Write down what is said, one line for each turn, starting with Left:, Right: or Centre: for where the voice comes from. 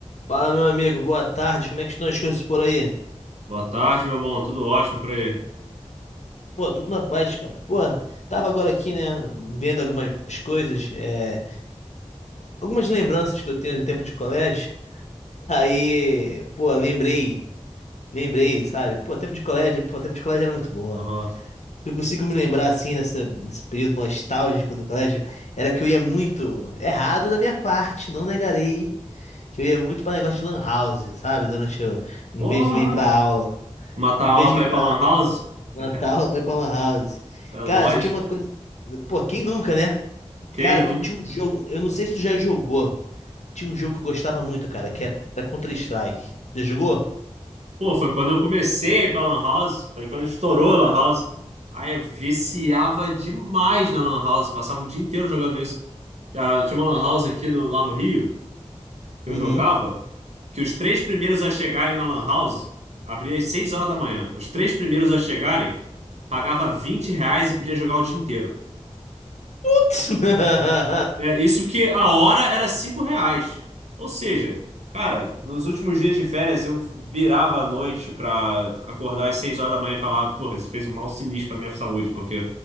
Left: Fala, meu amigo, boa tarde. Como é que estão as coisas por aí?
Right: Boa tarde, meu bom. Tudo ótimo por aí.
Left: Pô, tudo na paz, cara. Pô, tava agora aqui, né, vendo algumas coisas, é, algumas lembranças que eu tenho do tempo de colégio. Aí, pô, lembrei, lembrei, sabe? Pô, tempo de colégio, pô, tempo de colégio era muito bom.
Right: Aham.
Left: Eu consigo me lembrar assim nessa, nesse período nostálgico do colégio, era que eu ia muito errado da minha parte, não negarei, que eu ia muito pra negócio de lan house, sabe? Durante o, em
Right: Porra!
Left: vez de eu ir pra aula,
Right: Matar
Left: em
Right: a
Left: vez
Right: aula
Left: de
Right: pra
Left: ir
Right: ir
Left: pra
Right: pra Lan House?
Left: Natal
Right: <laughs>
Left: foi pra Lan House.
Right: É lógico.
Left: Cara, tinha uma coisa. Pô, quem nunca, né?
Right: Quem
Left: Cara,
Right: nunca?
Left: que eu tinha um jogo. Eu não sei se tu já jogou. Tinha um jogo que eu gostava muito, cara, que era Counter-Strike. Já jogou?
Right: Pô, foi quando eu comecei a ir pra Lan House. Foi quando estourou a Lan House. Aí eu viciava demais na Lan House. Passava o dia inteiro jogando isso. Ah, Tinha uma Lan House aqui no- lá no Rio, que
Left: Uhum.
Right: eu jogava, que os três primeiros a chegarem na Lan House, abria às 6 horas da manhã. Os três primeiros a chegarem, pagava 20 reais e podia jogar o dia inteiro.
Left: Putz! <laughs>
Right: É, isso que a hora era cinco reais. Ou seja, cara, nos últimos dias de férias eu virava à noite pra acordar às seis horas da manhã e falar, porra, isso fez um mal sinistro pra minha saúde, porque